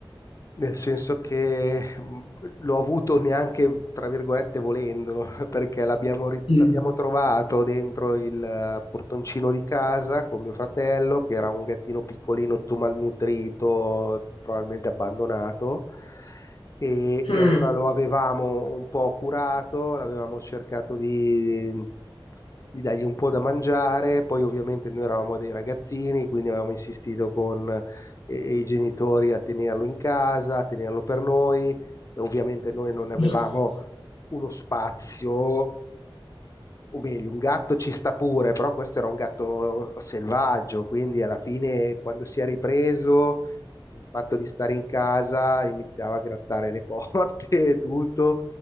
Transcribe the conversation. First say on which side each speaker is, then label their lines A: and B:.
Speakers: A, on the left; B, on the left.
A: nel senso che mh, l'ho avuto neanche, tra virgolette, volendolo, <laughs> perché l'abbiamo ri-
B: Mm.
A: l'abbiamo trovato dentro il eh, portoncino di casa con mio fratello, che era un gattino piccolino, tutto malnutrito, probabilmente abbandonato e, e
B: Mm.
A: allora lo avevamo un po' curato, l'avevamo cercato di, di dargli un po' da mangiare, poi ovviamente noi eravamo dei ragazzini, quindi avevamo insistito con eh, i genitori a tenerlo in casa, a tenerlo per noi, e ovviamente noi non avevamo
B: Mm.
A: uno spazio o meglio, un gatto ci sta pure, però questo era un gatto selvaggio, quindi alla fine quando si è ripreso il fatto di stare in casa iniziava a grattare le <laughs> porte e tutto,